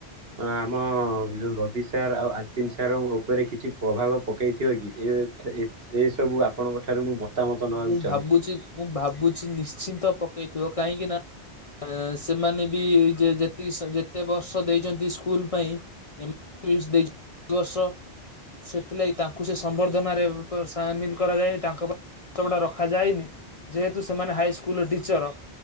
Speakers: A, on the right (about 60°); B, on the left (about 40°).
A: ଅ ଆମ ଯୋଉ ରବି ସାର୍ ଆଉ ଆଲପିନ ସାର୍ଙ୍କ ଉପରେ କିଛି ପ୍ରଭାବ ପକେଇଥିବ କି ଏ ଏସବୁ ଆପଣଙ୍କ ଠାରୁ ମୁଁ ମତାମତ ନେବାକୁ
B: ମୁଁ
A: ଚାହୁଁଛି
B: ଭାବୁଛି
A: ଟିକେ
B: ମୁଁ ଭାବୁଛି ନିଶ୍ଚିନ୍ତ ପକେଇଥିବ କାହିଁକି ନା? ଆ ସେମାନେ ବି ଯେ ଯେତିକି ଯେତେ ବର୍ଷ ଦେଇଛନ୍ତି ସ୍କୁଲ ପାଇଁ ଏ <unintelligible> ଦେଇ <unintelligible> ବର୍ଷ। ସେଥିଲାଗି ତାଙ୍କୁ ସେ ସମ୍ବର୍ଦ୍ଧନାରେ ସାମିଲ କରାଯାଇନି ତାଙ୍କ ତ ଏଟା ରଖାଯାଏନି ଯେହେତୁ ସେମାନେ ହାଇସ୍କୁଲର ଟିଚର